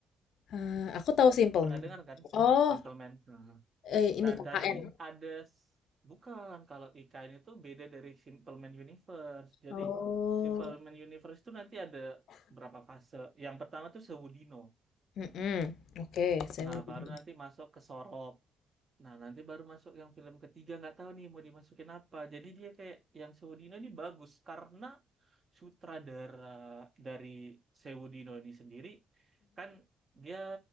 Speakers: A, on the left; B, on the right.
A: Eh, aku tahu Simple.
B: Pernah dengar kan
A: Oh,
B: Simple Man? Nah,
A: eh, ini
B: Nah,
A: KKN.
B: tadi ada s- bukan kalau IKN itu beda dari Simple Man Universe. Jadi
A: Oh,
B: Simple Man Universe itu nanti ada berapa fase. Yang pertama tuh Sewudino.
A: Mm-mm. Oke, saya.
B: Nah,
A: Mhm.
B: baru nanti masuk ke Sorop. Nah, nanti baru masuk yang film ketiga nggak tahu nih mau dimasukin apa. Jadi dia kayak yang Sewudino ini bagus karena sutradara dari Sewudino ini sendiri kan dia